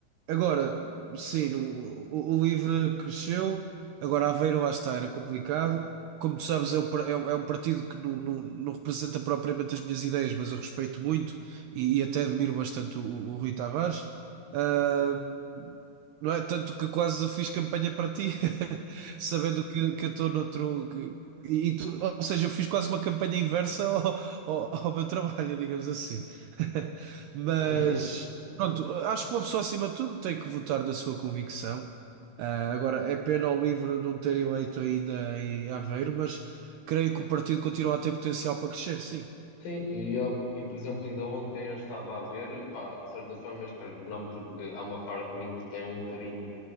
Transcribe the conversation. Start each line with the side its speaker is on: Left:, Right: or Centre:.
Right: agora, sim, o, o o LIVRE cresceu, Agora, Aveiro, lá está, era complicado. Como tu sabes, é um, par- é um- é um partido que não, não- não representa propriamente as minhas ideias, mas eu respeito muito e, e até admiro bastante o, o Rui Tavares. Ah, não é? Tanto que quase fiz campanha para ti, <laughs> sabendo que, que eu estou noutro. que- e tu- ou seja, eu fiz quase uma campanha inversa ao, ao- ao meu trabalho, digamos assim. <laughs> Mas,
Left: <laughs>
Right: pronto, acho que uma pessoa acima de tudo tem que votar na sua convicção. Ah, agora, é pena ao LIVRE não ter eleito ainda em Aveiro, mas creio que o partido continua a ter potencial para crescer, sim.
Left: Sim, e, eu, e por exemplo, ainda ontem eu estava a ver, pá, de certa forma eu espero que não, porque há uma parte de mim que tem um carinho